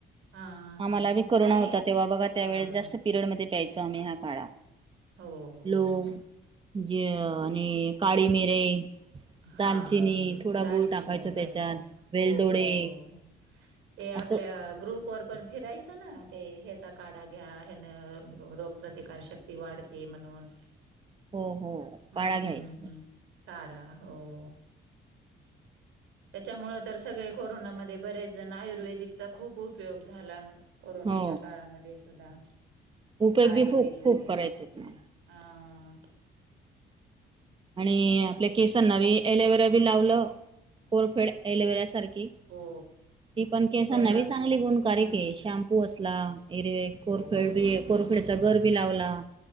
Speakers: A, on the right; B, on the right.
A: हां, हां,
B: आम्हाला
A: हां.
B: करुना
A: नाही.
B: होता, तेव्हा बघा
A: हां,
B: त्या वळेस जास्त
A: हां.
B: पिरयड मध्ये प्यायच. आम्ही ना काळा
A: हो,
B: लंवग,
A: हो, हो.
B: जिर आणि. काळी मिरे.
A: हा
B: दालचिनी
A: हा
B: थोडा
A: दालचिनी
B: गुळ टाकायचा
A: दालचिनी
B: त्याच्यात वेलदोडे
A: हो हो हो. ते आपल्या
B: असं
A: ग्रुप व पण. फिरायचं ना ते ह्याचा, काढा घ्या ह रोगप्रतिकार शक्ती वाढते म्हणून.
B: हो हो
A: हं,
B: काळा घ्यायचं.
A: हं. काढा हो. त्याच्यामूळ तर सगळे कोरोनामध्ये बरेच जण आयुर्वदीचा खूप उपयोग झाला. कोरोनाच्या
B: हो
A: काळामध्ये सुद्धा.
B: उपयोग
A: काळे
B: बी खूप
A: वेगवेगळे
B: खूप करायचेत
A: ह
B: ना
A: हा हा हा हा हा.
B: आणि आपल्या केसांनाी एलोवेरा बी लावलं कोरफेड एलोवेरा सारखे. ते
A: हो,
B: ते पण केसांना
A: कोंडा.
B: नवी चांगली गुणकारे
A: हं,
B: क शॅम्पू असला. एरवे
A: हो.
B: कोरफड बी कोरफडीचा घर बी लावला.